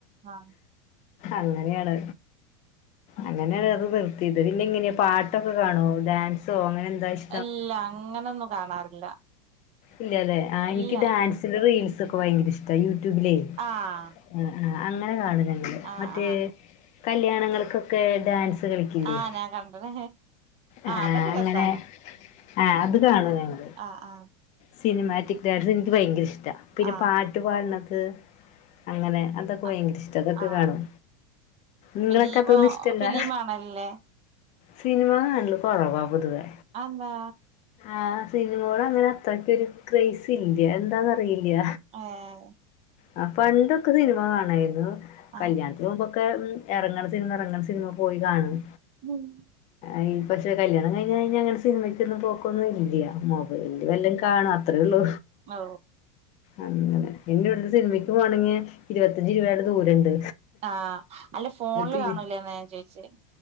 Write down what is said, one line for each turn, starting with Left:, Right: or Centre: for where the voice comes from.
Right: ആഹ്
Left: അങ്ങനെയാണ് അങ്ങനെയാണ് അത് നിർത്തിയത് പിന്നെ ഇങ്ങനെയെ പാട്ടൊക്കെ കാണോ ഡാൻസോ അങ്ങനെ എന്താഷ്
Right: അല്ല അങ്ങനൊന്നും കാണാറില്ല
Left: ഇല്ല അല്ലേ ആഹ്
Right: ഇല്ല
Left: എനിക്ക് ഡാൻസിന്റെ റീൽസ് ഒക്കെ ഭയങ്കര ഇഷ്ട യൂട്യൂബിലേ
Right: ആഹ്
Left: ആഹ് ആഹ് അങ്ങനെ കാണും ഞങ്ങളൾ
Right: ആഹ്
Left: മറ്റേ
Right: ആഹ്
Left: കല്യാണങ്ങൾക്കൊക്കെ ഡാൻസ് കളിക്കിലെ
Right: ആഹ് ഞാൻ കണ്ട്ണ്
Left: ആഹ്
Right: അതൊക്കെ
Left: ആഹ് അങ്ങനെ
Right: രസാണ്
Left: ആഹ് അത് കാണും ഞങ്ങൾ
Right: ആഹ് ആഹ്
Left: സിനിമാറ്റിക് ഡാൻസ് എനിക്ക് ഭയങ്കര ഇഷ്ടപിന്നെ
Right: ആഹ്
Left: പാ ട്ടുപാടണതൊക്കെ അങ്ങനെ അതൊക്കെ
Right: അഹ്
Left: ഭയങ്കര ഇഷ്ട ഇതൊക്കെ
Right: ആഹ്
Left: കാണും നിങ്ങളൊക്കെ
Right: ഫിലീമോ
Left: അതൊന്നും ഇഷ്ടല്ലാ
Right: ഫിലീമാണല്ലേ
Left: സിനിമ കാണൽ കുറവ പൊതുവേ
Right: ആന്താ
Left: ആഹ് സിനിമകള അങ്ങനെ അത്രക്ക് ഒരു ക്രേസ് ഇല്ല എന്താന്ന് അറില്ല
Right: ഏഹ്
Left: ആഹ് പണ്ടൊക്കെ സിനിമ കാണായിരുന്നു
Right: ആഹ്
Left: കല്യാണം ഇത് മുമ്പൊക്കെ ഇറങ്ങണ സിനിമ ഇറങ്ങണ സിനിമ പോയി കാണും
Right: ഉം
Left: ഈ <unintelligible> കല്യാണം കഴിഞ്ഞ് കഴിഞ്ഞ അങ്ങനെ സിനിമക്കൊന്നും പോക്കൊന്നും ഇല്ല മൊബൈല് വല്ല കാണ അത്രേ ഉള്ളൂ
Right: ഓ
Left: അങ്ങനെ ഇ ഇവിടുത്തെ സിനിമയ്ക്ക് പോകണെങ്കിൽ ഇരുപത്തഞ്ച് രൂപയുടെ ദൂരണ്ട്
Right: ആഹ് അല്ല ഫോണില്
Left: തിരി
Right: കാണൂലേന്ന ഞാൻ ചോദിച്ചേ